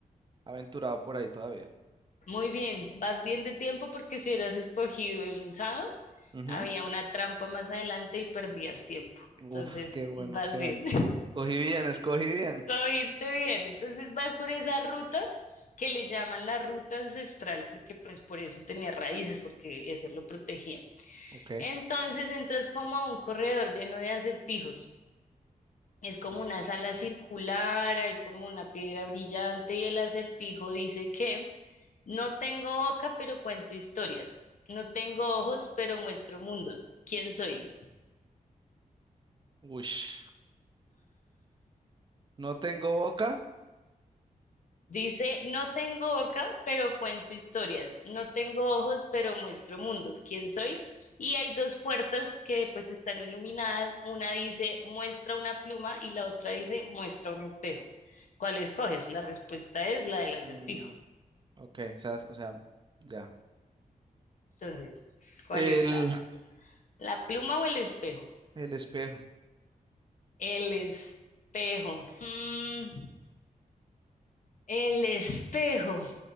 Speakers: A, on the right; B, on the left.
A: aventurado por ahí todavía.
B: Muy bien, vas bien de tiempo porque si hubieras escogido el usado,
A: Ujú.
B: había una trampa más adelante y perdías tiempo.
A: Uf,
B: Entonces,
A: qué bueno,
B: vas
A: qué bueno.
B: bien.
A: Cogí bien, escogí bien.
B: Lo viste bien, entonces vas por esa ruta que le llaman la ruta ancestral, porque pues por eso tenía raíces, porque eso lo protegía.
A: Ok,
B: Entonces entras como a un corredor lleno de acertijos. Es como
A: listo.
B: una sala circular, hay como una piedra brillante y el acertijo dice que no tengo boca, pero cuento historias. No tengo ojos, pero muestro mundos. ¿Quién soy?
A: Ush, no tengo boca.
B: Dice, no tengo boca, pero cuento historias. No tengo ojos, pero muestro mundos. ¿Quién soy? Y hay dos puertas que pues están iluminadas. Una dice, muestra una pluma y la otra dice, muestra un espejo. ¿Cuál escoges? La respuesta es la del acertijo.
A: Mm, ok, o sea, o sea, ya.
B: Entonces, ¿cuál
A: El,
B: es la, la pluma o el espejo?
A: el espejo.
B: El espejo. Mm, el espejo.